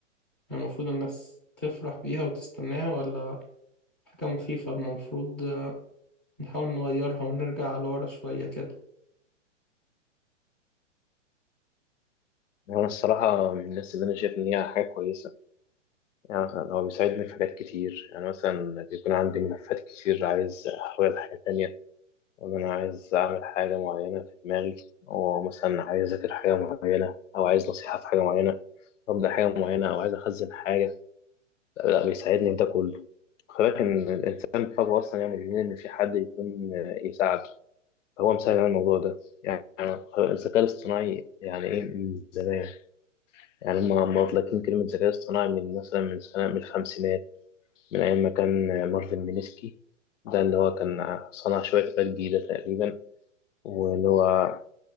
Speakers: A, in the centre; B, on the left (about 75°).
A: المفروض الناس تفرح بيها وتستناها ولا حاجة مخيفة المفروض نحاول نغيرها ونرجع لورا شوية كده
B: وانا الصراحه من الناس اللي انا شايف ان هي حاجه كويسه يعني مثلا هو بيساعدني في حاجات كتير يعني مثلا بيكون عندي ملفات كتير عايز احولها لحاجه تانية وان انا عايز اعمل حاجه معينه في دماغي او مثلا عايز اذاكر حاجه معينه او عايز نصيحه في حاجه معينه ابدا حاجه معينه او عايز اخزن حاجه لا, لا بيساعدني في ده كله خلي بالك ان الانسان طبعه اصلا يعني بيميل ان في حد يكون يساعده هو مساعد على الموضوع ده يعني الذكاء الاصطناعي يعني ايه من زمان يعني هم لما مطلقين كلمة ذكاء اصطناعي من مثلا من سنة من الخمسينات من أيام ما كان مارفن مينيسكي ده اللي هو كان صنع شوية آلات جديدة تقريبا واللي هو